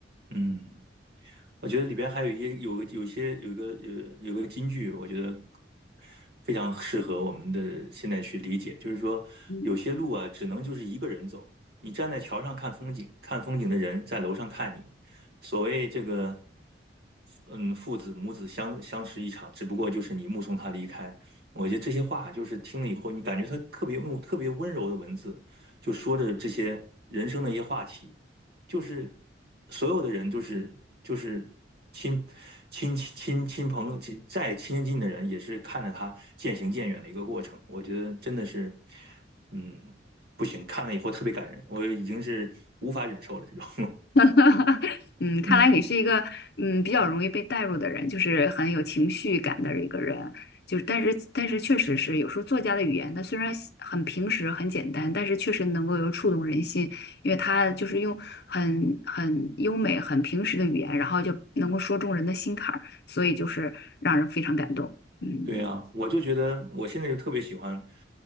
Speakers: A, on the right (about 60°); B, on the left (about 60°).
A: 嗯。我觉得里边还有一些有个有一些有一个有有个金句，我觉得非常适合我们的现在去理解，就是说有些路啊，
B: 嗯
A: 只能就是一个人走。你站在桥上看风景，看风景的人在楼上看你。所谓这个，嗯，父子母子相相识一场，只不过就是你目送他离开。我觉得这些话就是听了以后，你感觉他特别用特别温柔的文字，就说着这些人生的一些话题。就是所有的人就是就是亲亲亲亲朋友亲再亲近的人，也是看着他渐行渐远的一个过程。我觉得真的是，嗯，不行，看了以后特别感人，我已经是无法忍受了这种，
B: <laughs>
A: <laughs>
B: 嗯，看来你是一个嗯比较容易被带入的人，
A: 嗯。
B: 就是很有情绪感的一个人。就是，但是但是确实是有时候作家的语言，他虽然很平实很简单，但是确实能够有触动人心，因为他就是用很很优美、很平实的语言，然后就能够说中人的心坎儿，所以就是让人非常感动。嗯，
A: 对呀，我就觉得我现在就特别喜欢